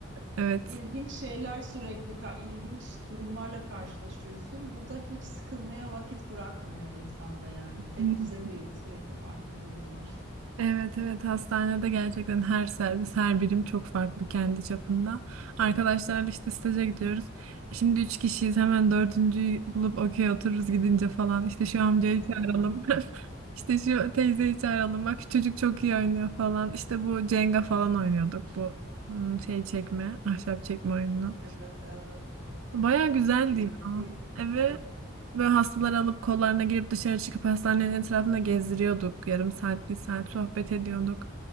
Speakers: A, on the right; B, on the right.
A: evet.
B: ilginç şeyler sürekli, ka- ilginç durumlarla karşılaşıyorsun. Bu da hiç sıkılmaya vakit bırakmıyor insanda yani. Tek
A: Hı.
B: düze değil, sürekli farklı durumlar.
A: Evet evet hastanede gerçekten her servis her birim çok farklı kendi çapında. Arkadaşlarla işte staja gidiyoruz. Şimdi üç kişiyiz hemen dördüncüyü bulup okey otururuz gidince falan. İşte şu amcayı
B: <laughs>
A: çağıralım. <laughs> İşte şu teyzeyi çağıralım. Bak şu çocuk çok iyi oynuyor falan. İşte bu Cenga falan oynuyorduk bu hmm, şey çekme ahşap çekme oyunu.
B: Evet, evet.
A: Baya güzeldi
B: Keyifli.
A: ya. Eve
B: Evet.
A: böyle hastaları alıp kollarına girip dışarı çıkıp hastanenin etrafında gezdiriyorduk. Yarım saat, bir saat sohbet ediyorduk.